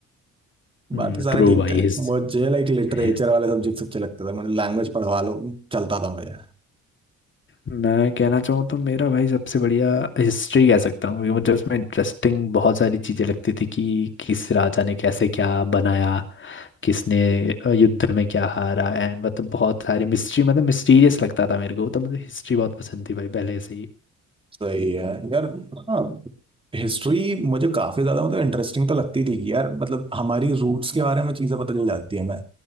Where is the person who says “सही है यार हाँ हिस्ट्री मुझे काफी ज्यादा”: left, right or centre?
Right